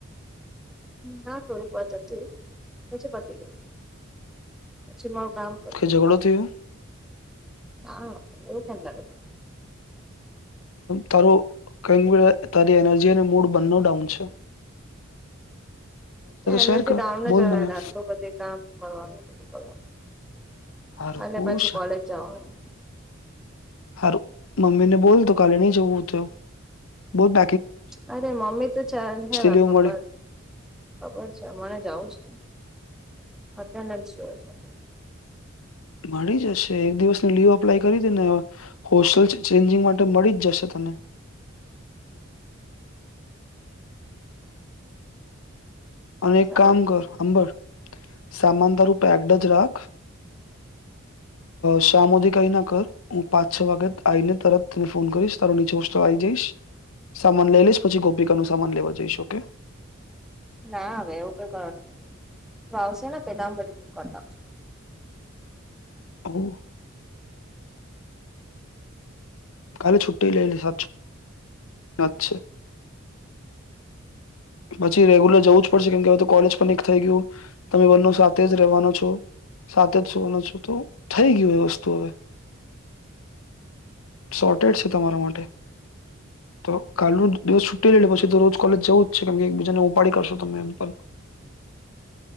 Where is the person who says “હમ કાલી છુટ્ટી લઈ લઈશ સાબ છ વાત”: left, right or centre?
Left